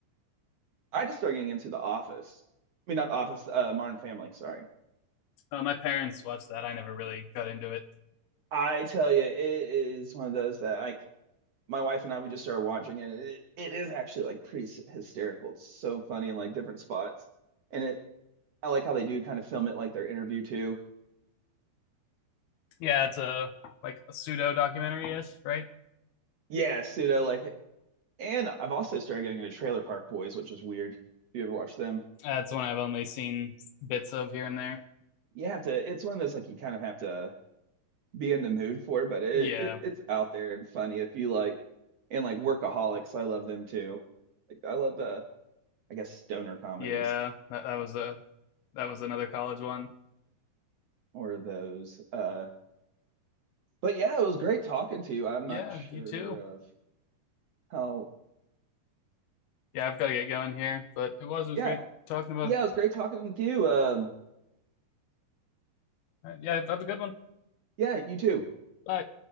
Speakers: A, on the right; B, on the left.
A: I just started getting into The Office. I mean, not The Office. Uh, Modern Family. Sorry.
B: Uh, my parents watched that. I never really got into it.
A: I tell you, it is one of those that like my wife and I we just started watching it. It, it is actually like pretty s- hysterical. It's so funny in like different spots, and it. I like how they do kind of film it like their interview too.
B: Yeah, it's a like a pseudo documentary ish, right?
A: Yeah, pseudo like. And I've also started getting into Trailer Park Boys, which is weird. If you ever watch them,
B: That's one I've only seen bits of here and there.
A: you have to. It's one of those like you kind of have to be in the mood for, but it,
B: Yeah,
A: it it's out there and funny if you like and like workaholics, I love them too. Like I love the I guess stoner comedies
B: yeah. That, that was a that was another college one.
A: or those. Uh but yeah, it was great talking to you. I'm
B: Yeah,
A: not sure
B: you too.
A: of how
B: Yeah, I've got to get going here, but it was it
A: yeah.
B: was great talking about.
A: Yeah,
B: It.
A: it was great talking with you. Um
B: All right, yeah, have a good one.
A: yeah, you too.
B: Bye.